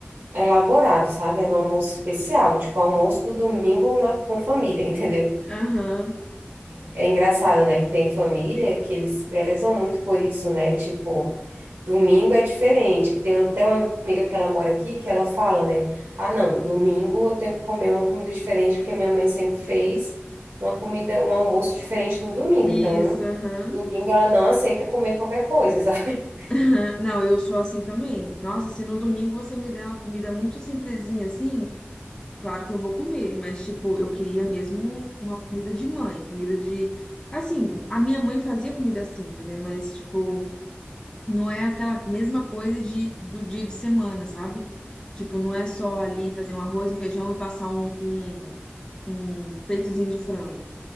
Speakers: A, on the right (about 75°); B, on the left (about 20°).
A: elaborado, sabe? Era um almoço especial, tipo almoço do domingo na, com família, <laughs> entendeu?
B: aham.
A: É engraçado, né, que tem família que eles prezam muito por isso, né? Tipo, domingo é diferente. Tem até uma amiga que ela mora aqui que ela fala, né? Ah, não, domingo eu tenho que comer uma comida diferente porque minha mãe sempre fez uma comida, um almoço diferente no domingo.
B: Isso,
A: Então,
B: aham.
A: domingo ela não aceita comer qualquer coisa, <laughs> sabe?
B: aham. Não, eu sou assim também. Nossa, se no domingo você me der uma comida muito simplesinha assim, claro que eu vou comer, mas tipo, eu queria mesmo uma comida de mãe, comida de. Assim, a minha mãe fazia comida simples, né? Mas, tipo, não é aquela mesma coisa de, do dia de semana, sabe? Tipo, não é só
A: Sim.
B: ali fazer um arroz, um feijão e passar um, um, um peitozinho de frango.